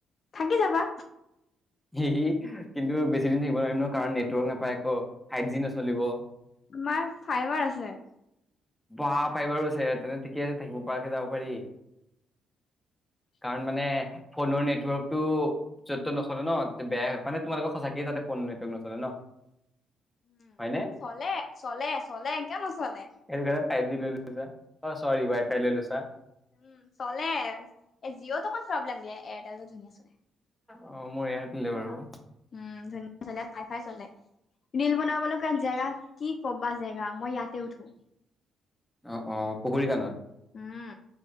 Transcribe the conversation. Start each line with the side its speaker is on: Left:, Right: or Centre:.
Left: থাকি যাবা।
Centre: এ কিন্তু বেছি দিন থাকিব নোৱাৰিম ন কাৰণ নেটৱৰ্ক নাপায় আকৌ ফাইভ জি নচলিব।
Left: তোমাৰ ফাইবাৰ আছে।
Centre: বহা, ফাইবাৰো আছে তেনে ঠিকে আছে থাকিব পৰাকে যাব পাৰি।
Left: উ
Centre: কাৰণ মানে ফোনৰ নেটৱৰ্কটো। য'ত ত নচৰে ন তে বয়য়া মানে তোমাৰোকৰ সঁচাকে তাতে ফোন নেটৱৰ্ক নচৰে ন।
Left: উ
Centre: হয়'নে।
Left: চলে চলে চলে কিয় নচলে।
Centre: সেইটো ঘ ফাইভ জি লৈ লৈছা, অ, চৰি ৱাই ফাই লৈ লৈছা।
Left: উম, চলে এ জিঅ'টো অকণ প্ৰব্লেম দিয়ে এয়াৰটেল টো ধুনীয়া চলে।
Centre: অ, মোৰ ইয়াত দিলে বাৰু।
Left: উম, ধুনীয়া চলে ফাই ফাই চলে। ৰীল, বনাব লগা জেগা কি কবা জেগা মই ইয়াতে উঠো।
Centre: অ, অ, পুখুৰী কাণত।
Left: উম,